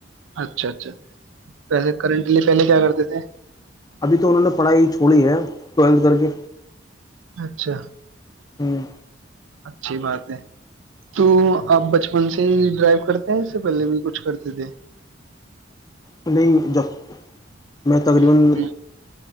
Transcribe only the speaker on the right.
اچھا اچھا ویسے کرنٹ لیے پہلے کیا کرتے تھے <inaudible>
اچھا
اچھی بات ہے تو آپ بچپن سے ہی ڈرائیو کرتے ہیں اس سے پہلے بھی کچھ کرتے تھے
ہوں